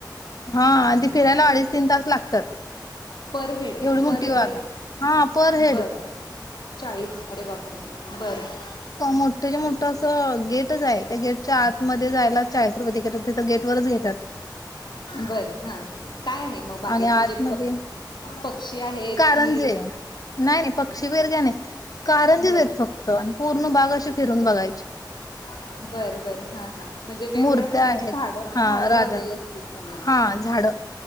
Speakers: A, on the left; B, on the left.
A: हा आणि त फिरायला अडीच तीन तास लागतात.
B: पर हेड
A: एवढी मोठी
B: पर हेड
A: बाग आहे हा पर हेड
B: बरं चाळीस अरे वापरे बरं
A: मोठं ज मोठं असं गेटच आहे त्या गेटच्या आतमध्ये जायला चाळीस रुपये त गेट तेथ गेट वच घेतात.
B: बरं हा काय आहे? मग बागेत
A: आणि आतमध्ये
B: म्हणजे पक्षी आहेत
A: कारंजे
B: कि
A: नाही नाही पक्षी वेरग्या नाही कारंजच
B: बरं
A: आहेतेत फक्त. आणि पूर्ण बाग अशी फिरून बघायची.
B: <inaudible> बरं बरं हा हां म्हणजे वेगवेगळ्या
A: मूर्त्या
B: प्रकारची
A: आहेत
B: झाड झाडं
A: हा राधा
B: लावलेली असतील त्यांनी.
A: हा झाड